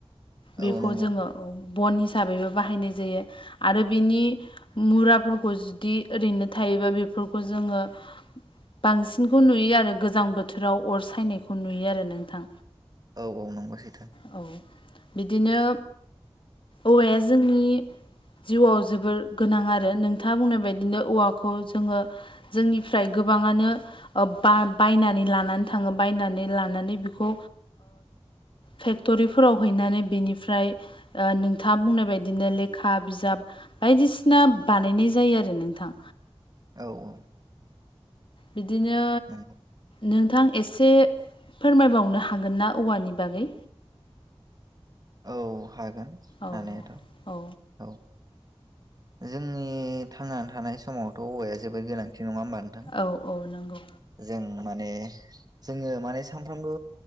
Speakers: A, on the left; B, on the right.
A: बेखौ
B: औ नंगौ
A: जोङो बन हिसाबैबो बाहायनाय जायो आरो बिनि मुराफोरखौ जुदि ओरैनो थायोबा बेफोरखौ जोङो बांसिनखौ नुयो आरो गोजां बोथोराव अर सायनायखौ नुयो आरो नोंथां
B: औ औ नंगौ सैथो
A: औ बिदिनो औवाया जोंनि जिउआव जोबोर गोनां आरो नोंथाङा बुंनाय बायदिनो औवाखौ जोङो जोंनिफ्राय गोबाङानो बा बायनानै लानानै थाङो बायनानै लानानै बेखौ फेक्ट'रिफोराव हैनानै बेनिफ्राय नोंथाङा बुंनाय बायदिनो लेखा बिजाब बायदिसिना बानायनाय जायो आरो नोंथां
B: औ औ
A: बिदिनो
B: नंगौ
A: नोंथां एसे फोरमायबावनो हागोन ना औवानि बागै
B: औ हागोन
A: औ
B: हानायाथ'
A: औ
B: औ जोंनि थांना थानाय समावथ' औवाया जोबोद गोनांथि नङा होमबा नों
A: औ औ नंगौ
B: जों माने जोङो माने सानफ्रामबो